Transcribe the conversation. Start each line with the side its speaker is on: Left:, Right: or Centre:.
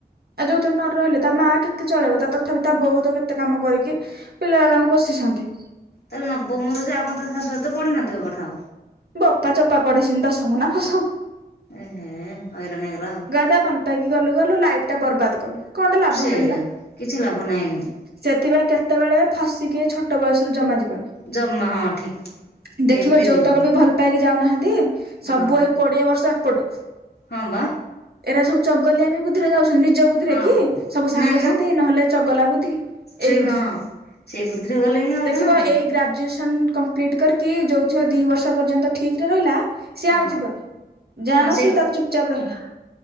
Right: ଆଉ ଯୋଉଥିରେ ନ ରହିଲେ ତା ମା କେତେ ଚଳେଇବ ତା ତଥାପି ତା ବୋଉତ କେତେ କାମ କରିକି ପିଲାଉରାଙ୍କୁ ପୋଶିଛନ୍ତି।
Left: ତାହେଲେ ନବମ ରୁ ଯେ ଆଉ କଣ ଶାଶୁ ଘରେ ତ ପଢ଼ି ନଥିବ ପାଠ?
Right: ବୋପା ଚୋପା ପଡେଇଛନ୍ତି ଦଶମ ନା ଫସମ
Left: ଏ ହେ ହଇରାଣ ହେଇଗଲା। ଆଉ
Right: ତା ଭଲ ପାଇକି ଗଲୁ ଗଲୁ ଲାଇଫ ଟା ବର୍ବାଦ କଲୁ କଣଟା ଲାଭ
Left: ସେଇଆ
Right: ମିଳିଲା।
Left: କିଛି ଲାଭ ନାହିଁ ଏମିତି
Right: ସେଥିପାଇଁ କେତେବେଳେ ଫସିକି ଛୋଟ ବୟସରୁ ଜମା ଯିବନି।
Left: ଜମା ହଁ ଠିକ
Right: ଦେଖିବ
Left: କେବେ ଯିବନି
Right: ଯୋଉତକ ବି ଭଲ ପାଇକି ଯାଉନାହାନ୍ତି
Left: ହଁ
Right: ସବୁ ଏଇ କୋଡିଏ ବର୍ଷ ଏପଟକୁ।
Left: ହଁ ବା।
Right: ଏଇରା ସବୁ ଚଗଲିଆମି ବୁଦ୍ଧି ରେ ଯାଉଛନ୍ତି। ନିଜ ବୁ ବୁଦ୍ଧିରେ
Left: ହଁ
Right: କି ସବୁ ସାଙ୍ଗସାଥି
Left: ନାଇଁ ମ
Right: ନହେଲେ ଚଗଲା ବୁଦ୍ଧି
Left: ସେ
Right: ଏଇ ବୁଦ୍ଧି
Left: ହଁ
Right: ରେ।
Left: ସେଇ ବୁଦ୍ଧିରେ ଗଲେ ହିଁ ହଇରାଣ
Right: ଦେଖିବ
Left: ଆଉ
Right: ଏଇ ଗ୍ରାଜୁଏସନ କ କରିକି ଜୋଉ ଝିଅ ଦି ବର୍ଷ ପର୍ଯ୍ୟନ୍ତ ଠିକରେ ରହିଲା ସିଏ
Left: ହଁ
Right: ଆଉ ଯିବନି ଜାଣ
Left: ହଁ ସେଇ
Right: ସି ତାର ଚୁପଚାପ ରହିଲା।